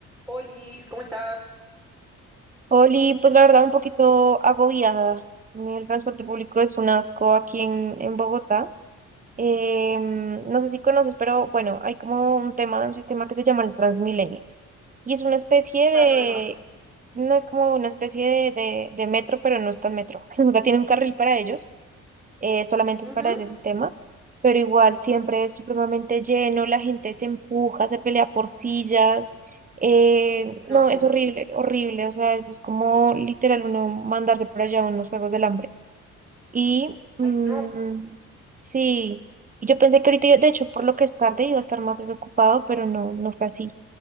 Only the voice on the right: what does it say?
Oli, pues la verdad un poquito agobiada. El transporte público es un asco aquí en, en Bogotá. Em, no sé si conoces, pero bueno, hay como un tema, un sistema que se llama el Transmilenio. Y es una especie de,
no es como una especie de, de, de metro, pero no es tan metro. <laughs> O sea, tiene un carril para ellos eh, solamente
es para ese sistema, pero igual siempre es supremamente lleno, la gente se empuja, se pelea por sillas, eh, no,
es horrible, horrible, o sea, eso es como literal uno mandarse por allá a unos juegos del hambre. Y mm,
sí, y yo pensé que ahorita, de hecho, por lo que es tarde iba a estar más desocupado, pero no, no fue así.